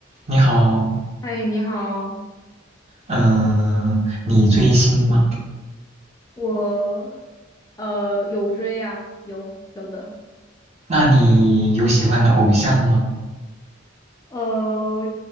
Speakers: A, on the right (about 30°); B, on the left (about 15°).
A: 你好，
B: 嗨，你好，
A: 嗯、你追星吗？
B: 我呃有追呀、有有的，
A: 那你有喜欢的偶像吗？
B: 呃，